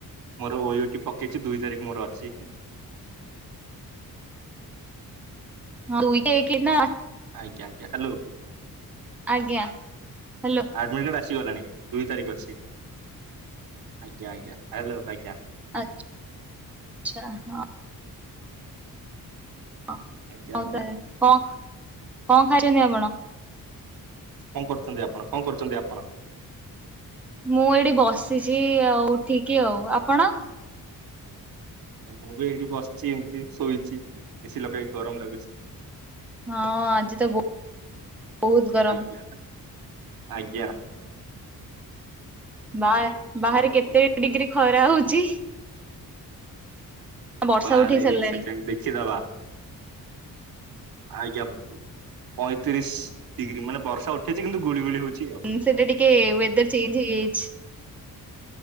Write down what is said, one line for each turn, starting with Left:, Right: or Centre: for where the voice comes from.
Right: ମୋର ଓଟି ପକେଇଛି। ଦୁଇ ତାରିଖ ମୋର ଅଛି।
Centre: ହଉ <unintelligible>
Right: ଆଜ୍ଞା ଆଜ୍ଞା। ହ୍ୟାଲୋ।
Centre: ଆଜ୍ଞା। ହ୍ୟାଲୋ।
Right: ଆଡ଼ମିଟ କାର୍ଡ଼ ଆସିଗଲାଣି। ଦୁଇ ତାରିଖ ଅଛି। ଆଜ୍ଞା ଆଜ୍ଞା। ହ୍ୟାଲୋ। ଆଜ୍ଞା।
Centre: ଆଚ୍ ଆଚ୍ଛା। ହଁ। ହଁ
Right: ଆଜ୍ଞା
Centre: ହଉ
Right: ଆଜ୍ଞା
Centre: ତାହେଲେ। କଣ କଣ ଖାଇଛନ୍ତି ଆପଣ??
Right: କଣ କରୁଛନ୍ତି? ଆପଣ କଣ କରୁଛନ୍ତି ଆପଣ?
Centre: ମୁଁ ଏଇଠି ବସିଛି। ଆଉ ଉଠିକି ଆଉ ଆପଣ।
Right: ଏା ମୁଁ ବି ଏଇଠି ବସିଛି। ଏମିତି ଶୋଇଛି। ଏଶୀ ଲଗେଇକି ଏଇଠି ଗରମ ଲାଗୁଛି।
Centre: ହଁ ଆଜି ତ ବହୁତ ଗରମ।
Right: ଆଜ୍ଞା ଆଜ୍ଞା।
Centre: ବା ବାହାରେ
Right: ଓହୋ
Centre: କେତେ
Right: ହୋ ହୋ।
Centre: ଡିଗ୍ରୀ ଖରା ହଉଛି? ବର୍ଷା
Right: ବାହାରେ
Centre: ଉଠେଇ ସାରିଲାଣି
Right: ଏକ ସେକେଣ୍ଡ ଦେଖିଦବା। ଆଜ୍ଞା ପଇଁତିରିଶ ଡିଗ୍ରୀ ମାନେ ବର୍ଷା ଉଠେଇଛି କିନ୍ତୁ ଗୁଳିଗୁଳି ହଉଛି ଆଉ।
Centre: ସେଟି ଟିକେ ୱେଦର ଚେଞ୍ଜ ହେଇଯାଇଛି।